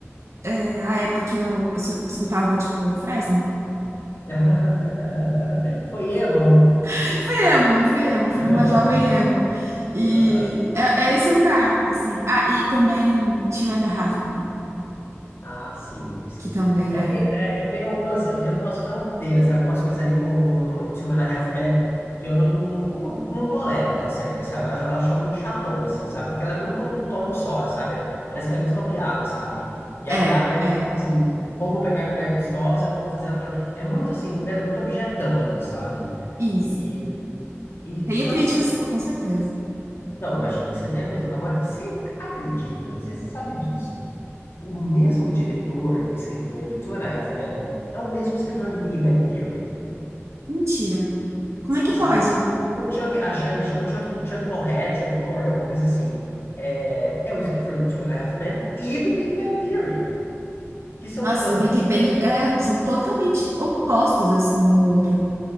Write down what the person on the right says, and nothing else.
é, a época que eu es- escutava, tipo, Fresno.
<laughs> Fui emo, fui emo, fui
uma jovem emo. E
é, é esse lugar, assim. Ah, e também Two and a Half, né?
Que também
é.
É,
é,
isso.
Tenho
críticas,
com certeza.
Mentira. Como
é que
pode?
Nossa,
e Big
Bang é, são totalmente opostos, assim, um ao outro.